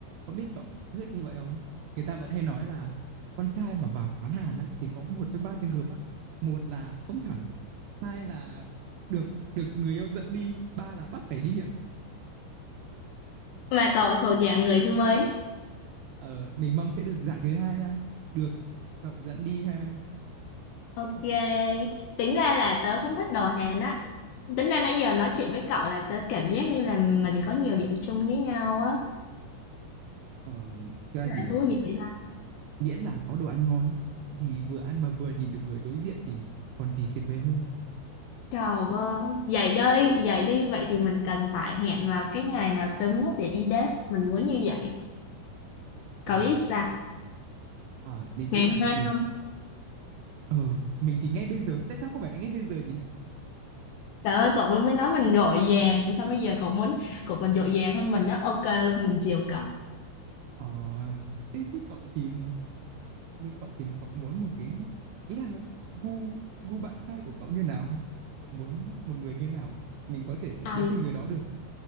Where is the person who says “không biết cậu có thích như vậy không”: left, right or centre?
Right